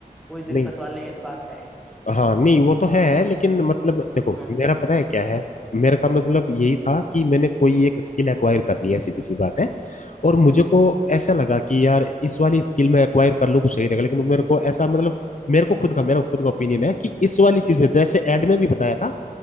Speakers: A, in the centre; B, on the left.
A: कोई दिक्कत
B: नहीं
A: वाली बात है
B: हाँ नहीं वो तो है लेकिन मतलब देखो
A: हम्म
B: मेरा पता है क्या है मेरे का मतलब यही था कि मैंने कोई एक स्किल एक्वायर करनी है सीधी सी बात है और मुझे को
A: हम्म,
B: ऐसा लगा कि यार इस वाली स्किल में एक्वायर कर लूँ तो सही रहेगा लेकिन मेरे को ऐसा मतलब मेरे को खुद का मेरा खुद का ओपिनियन है कि इस वाली चीज में जैसे एड में भी बताया था